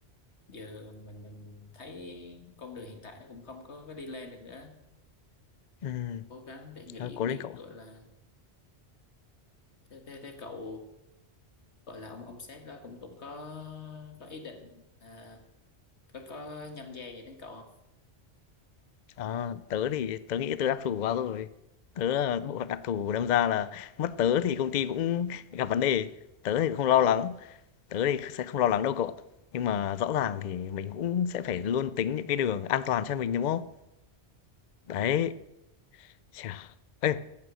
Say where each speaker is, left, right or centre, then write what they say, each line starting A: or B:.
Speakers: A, on the left (about 85°); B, on the left (about 50°).
A: giờ mình mình thấy con đường hiện tại nó cũng không có, có đi lên được nữa
B: Ừm,
A: cố gắng để nghĩ
B: thôi cố
A: nghĩ
B: lên cậu.
A: gọi là thế thế, thế cậu gọi là ông ông sếp đó cũng cũng có có ý định à, có có nhâm dây vậy đến cậu không
B: À, tớ thì tớ nghĩ tớ đặc thù quá rồi tớ là bộ phận đặc thù đâm ra là mất tớ thì công ty cũng gặp vấn đề tớ thì không lo lắng tớ thì sẽ không lo lắng đâu cậu ạ nhưng mà rõ ràng thì mình cũng sẽ phải luôn tính những cái đường an toàn cho mình đúng không đấy chà ê